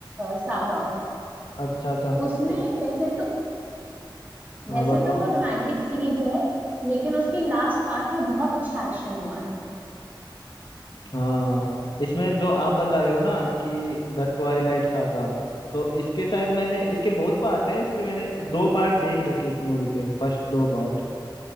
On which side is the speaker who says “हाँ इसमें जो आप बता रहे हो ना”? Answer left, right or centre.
Left